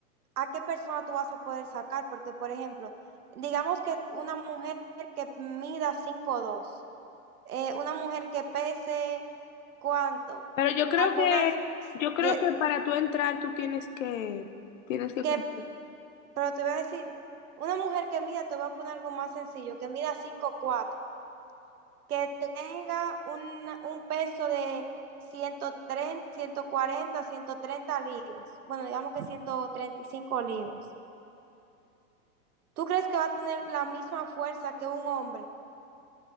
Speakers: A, on the right (about 75°); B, on the left (about 55°).
A: a qué persona tú vas a poder sacar, porque por ejemplo, digamos que una mujer que mida 5'2, eh, una mujer que pese cuánto,
B: Pero yo creo
A: algunas
B: que, yo
A: de,
B: creo que para tú entrar, tú tienes que, tienes que
A: que,
B: cumplir.
A: pero te voy a decir, una mujer que mida, te voy a poner algo más sencillo, que mida cinco cuatro que tenga un, un peso de ciento ciento treinta ciento cuarenta ciento treinta libras, bueno, digamos que 135 libras. ¿Tú crees que va a tener la misma fuerza que un hombre